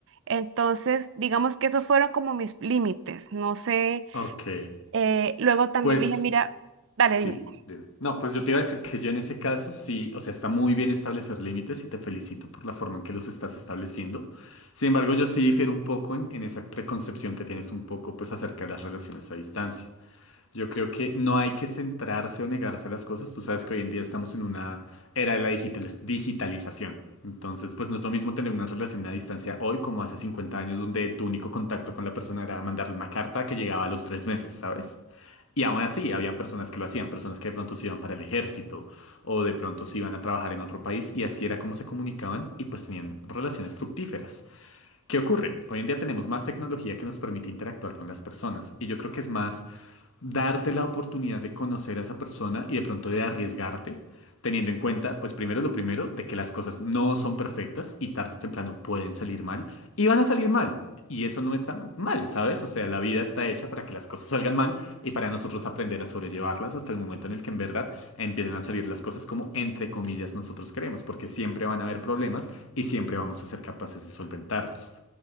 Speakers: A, on the right (about 60°); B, on the left (about 65°).
A: Entonces, digamos que esos fueron como mis límites. No sé,
B: Ok.
A: eh, luego también
B: Pues
A: le dije, mira, dale,
B: sí.
A: dime.
B: dime. No, pues yo te iba a decir que yo en ese caso sí, o sea, está muy bien establecer límites y te felicito por la forma en que los estás estableciendo. Sin embargo, yo sí difiero un poco en, en esa preconcepción que tienes un poco, pues, acerca de las relaciones a distancia. Yo creo que no hay que centrarse o negarse a las cosas. Tú sabes que hoy en día estamos en una era de la digital- digitalización. Entonces, pues no es lo mismo tener una relación a distancia hoy como hace 50 años, donde tu único contacto con la persona era mandarle una carta que llegaba a los tres meses, ¿sabes? Y aún así, habían personas que lo hacían, personas que de pronto se iban para el ejército o de pronto se iban a trabajar en otro país y así era como se comunicaban y pues tenían relaciones fructíferas. ¿Qué ocurre? Hoy en día tenemos más tecnología que nos permite interactuar con las personas y yo creo que es más darte la oportunidad de conocer a esa persona y de pronto de arriesgarte, teniendo en cuenta, pues primero lo primero, de que las cosas no son perfectas y tarde o temprano pueden salir mal y van a salir mal. Y eso no está mal, ¿sabes? O sea, la vida está hecha para que las cosas salgan mal y para nosotros aprender a sobrellevarlas hasta el momento en el que en verdad empiecen a salir las cosas como entre comillas nosotros queremos, porque siempre van a haber problemas y siempre vamos a ser capaces de solventarlos.